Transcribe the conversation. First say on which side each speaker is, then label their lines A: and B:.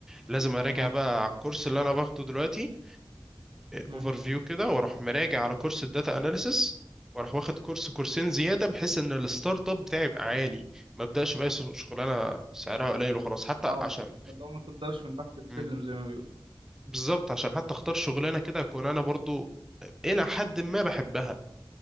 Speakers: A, in the centre; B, on the right (about 80°).
A: لازم اراجع
B: اه
A: بقى على الكورس اللي انا باخده دلوقتي
B: مم.
A: اوفر فيو كده واروح مراجع على كورس الداتا اناليسس واروح واخد كورس كورسين زيادة بحيث ان الستارت اب بتاعي يبقى عالي ما ابداش بقى شغلانة سعرها قليل وخلاص حتى
B: اه
A: عشان
B: اللي هو ما تقدرش من تحت السلم
A: مم.
B: زي ما بيقولوا
A: بالظبط عشان حتى اختار شغلانة كده اكون انا برضو الى حد ما بحبها